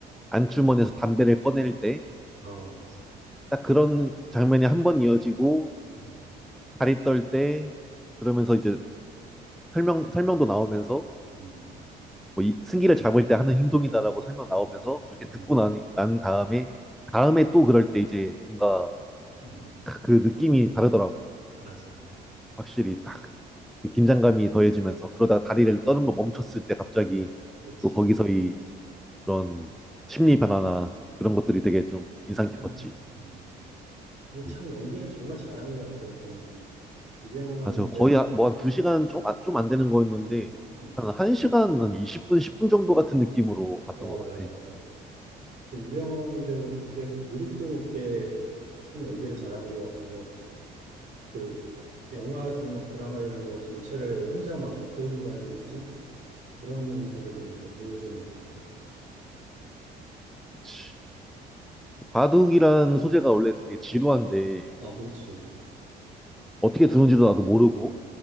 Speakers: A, in the centre; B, on the right (about 50°).
A: 안주머니에서 담배를 꺼낼 때
B: 아, 그렇지.
A: 딱 그런 장면이 한 번 이어지고
B: 음,
A: 다리 떨 때 그러면서
B: 음,
A: 이제 설명, 설명도 나오면서
B: 음,
A: 뭐 이, 승기를 잡을 때 하는 행동이다라고 설명
B: 음,
A: 나오면서 그렇게
B: 음,
A: 듣고 나니, 난 다음에 다음에 또 그럴 때 이제 뭔가
B: 음.
A: 그 느낌이 다르더라고.
B: 맞아.
A: 확실히 딱 긴장감이 더해지면서 그러다 다리를
B: 어,
A: 떠는 거 멈췄을 때 갑자기
B: 그렇지.
A: 또 거기서 이 그런 심리 변화나 그런
B: 음,
A: 것들이 되게 좀 인상
B: 표정.
A: 깊었지.
B: 음. 이참
A: 음.
B: 연기를 정말 잘한 것 같아요. 그 이병헌
A: 맞아. 거의
B: 배-
A: 뭐 한 두시간 좀, 아, 좀안 되는 거였는데,
B: 음, 음.
A: 한 1시간, 한 20분, 10분 정도 같은 느낌으로 봤던
B: 어,
A: 것 같아.
B: 맞아요, 맞아요. 그 이병헌 배우, 그게 몰입도 높게 참 연기를 잘하는 것 같고, 그, 영화든 막 드라마 이런 거 전체를 혼자 막 이끌고 가는 느낌? 그런 연기를 좀 많이 보여주는 것 같아.
A: 그치. 바둑이란 소재가 원래 되게 지루한데,
B: 어, 그렇지.
A: 어떻게
B: 사,
A: 두는지도 나도 모르고,
B: 어,